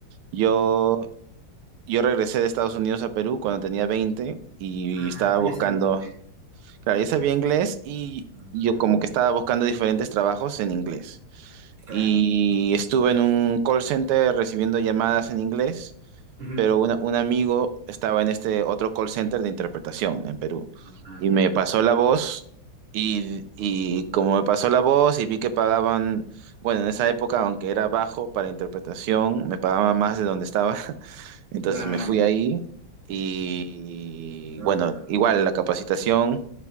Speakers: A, on the right; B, on the right.
A: yo, yo regresé de Estados Unidos a Perú cuando tenía 20 y
B: Ah,
A: estaba
B: tú
A: buscando,
B: ya sabías inglés.
A: claro, yo sabía inglés y
B: Mm,
A: yo como que estaba buscando diferentes trabajos en inglés.
B: claro.
A: Y estuve en un call center recibiendo llamadas en inglés
B: Ujú.
A: pero una- un amigo estaba en este otro call center de interpretación en Perú
B: Ah,
A: y
B: ya.
A: me pasó la voz y, y como me pasó la voz y vi que pagaban, bueno, en esa época, aunque era bajo para interpretación, me pagaban más de donde estaba, <laughs> entonces
B: Claro,
A: me fui ahí y
B: lógico.
A: bueno, igual la capacitación,